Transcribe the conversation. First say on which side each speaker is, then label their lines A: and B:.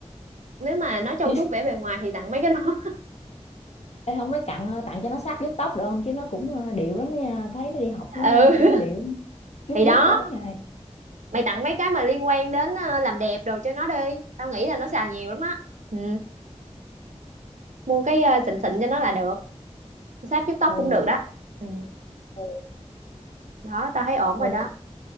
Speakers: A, on the right; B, on the left.
A: nếu mà nó trau
B: <laughs>
A: chuốt vẻ bề ngoài thì tặng mấy cái đó <laughs>
B: Ê, không mấy cặn ờ, tặng cho nó sáp vuốt tóc được không chứ nó cũng ờ, điệu lắm nha thấy nó đi học nó
A: ừ
B: cũng điệu vuốt
A: thì
B: vuốt
A: đó
B: tối ngày
A: mày tặng mấy cái mà liên quan đến ờ, làm đẹp đồ cho nó đi tao nghĩ là nó xài nhiều lắm á ừ. mua cái ờ, xịn xịn cho nó là được sáp vuốt tóc
B: ừ
A: cũng được đó ừ.
B: ừ,
A: đó tao thấy ổn
B: ừ.
A: rồi đó